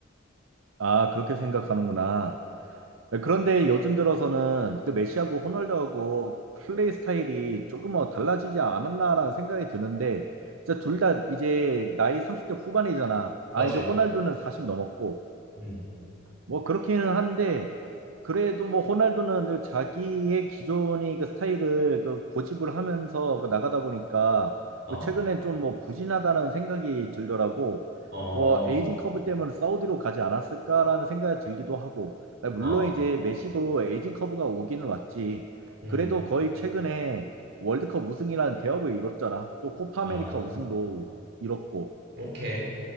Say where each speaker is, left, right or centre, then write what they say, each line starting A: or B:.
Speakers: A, on the right; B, on the right.
A: 아, 그렇게 생각하는구나. 그런데 요즘 들어서는 그 메시하고 호날두하고 플레이 스타일이 조금 뭐 달라지지 않았나라는 생각이 드는데, 진짜 둘 다 이제 나이 30대 후반이잖아.
B: 맞지?
A: 아, 이제 호날두는 40 넘었고,
B: 음.
A: 뭐 그렇기는 한데 그래도 뭐 호날두는 그 자기의 기존의 그 스타일을 그 고집을 하면서 그 나가다 보니까
B: 어.
A: 그 최근에 좀 뭐 부진하다는 생각이 들더라고.
B: 어.
A: 뭐 에이징 커브 때문에 사우디로 가지 않았을까라는 생각이 들기도 하고. 물론
B: 어.
A: 이제 메시도 에이징 커브가 오기는 왔지.
B: 음.
A: 그래도 거의 최근에 월드컵 우승이라는 대업을 이뤘잖아. 또 코파
B: 아.
A: 아메리카 우승도 이뤘고.
B: 오케이.